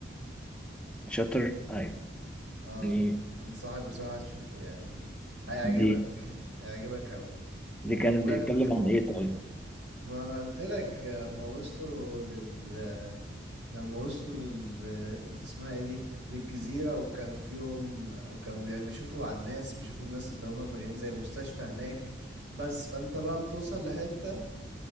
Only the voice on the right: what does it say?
اه
انصحك بصراحة تشوفه يعني هيعجبك
هيعجبك قوي
وبجد
ما انا قلت لك آه، ما وصلوا لل لما وصلوا لل اللي اسمها ايه دي للجزيرة وكان فيهم وكانوا بي- بيشوفوا على الناس بيشوفوا الناس اللي هم مجانين زي مستشفى هناك بس فانت بقى بتوصل لحتة